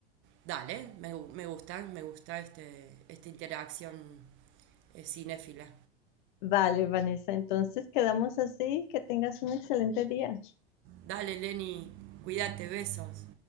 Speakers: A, on the right; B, on the left.
A: Dale, me, me gusta, me gusta este, esta interacción eh, cinéfila.
B: Vale, Vanessa, entonces quedamos así, que tengas un excelente día.
A: Dale, Lenny, cuídate, besos.